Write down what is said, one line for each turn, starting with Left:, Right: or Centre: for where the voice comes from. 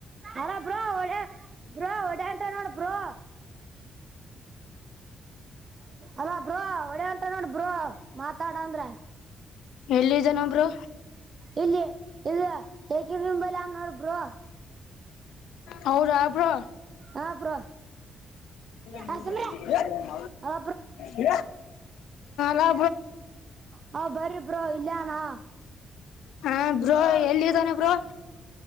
Right: ಅರ ಬ್ರೋ ಒಡ ಬ್ರೋ ಓಡಿ ಹೊಂಟನ್ ನೋಡ ಬ್ರೋ. ಅಲಾ ಬ್ರೋ ಓಡ್ <unintelligible> ಮಾತಾಡ ಅಂದ್ರೆ.
Left: ಎಲ್ಲಿದ್ದಾನ ಬ್ರೋ
Right: ಇಲ್ಲಿ ಇದು ಏಕ ನಿಂಬಲ್ಆನ ನೋಡ ಬ್ರೋ.
Left: ಹೌದಾ ಬ್ರೋ
Right: ಹ ಬ್ರೋ.
Left: <inaudible>
Right: ಆ ಸುಮ್ರೆ ಅಲ
Left: ಹ್ಹ್ ಹಲೋ.
Right: ಹಾ ಬರ್ರಿ ಬ್ರೋ ಇಲ್ಲೇ ಆನಾ.
Left: ಹಾ ಬ್ರೋ ಎಲ್ಲಿದ್ದಾನೆ ಬ್ರೋ.